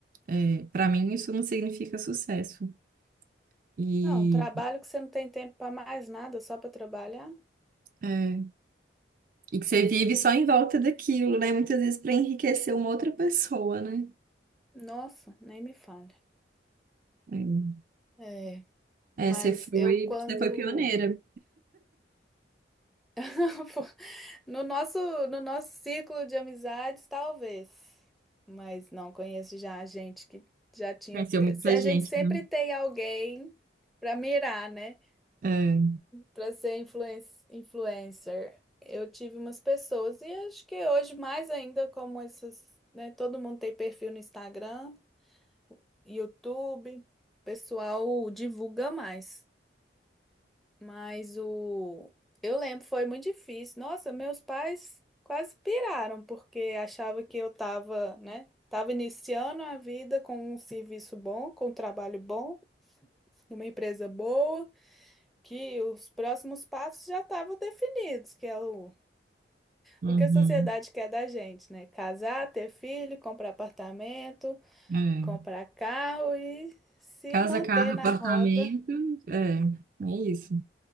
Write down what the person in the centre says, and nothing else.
Não, um trabalho que você não tem tempo para mais nada, só para trabalhar.
Nossa, nem me fale.
É,
mas
eu quando
<laughs> No nosso, no nosso círculo de amizades, talvez. Mas não conheço já a gente que já tinha.
Se a
gente sempre
tem alguém para mirar, né?
Para ser influen- influencer. Eu tive umas pessoas e acho que hoje mais ainda como essas, né? Todo mundo tem perfil no Instagram, YouTube, o pessoal divulga mais. Mas o. Eu lembro, foi muito difícil. Nossa, meus pais quase piraram, porque achavam que eu tava, né? Tava iniciando a vida com um serviço bom, com um trabalho bom, numa empresa boa, que os próximos passos já estavam definidos, que é o,
o que a sociedade quer da gente, né? Casar, ter filho, comprar apartamento,
comprar carro e se
manter
na
roda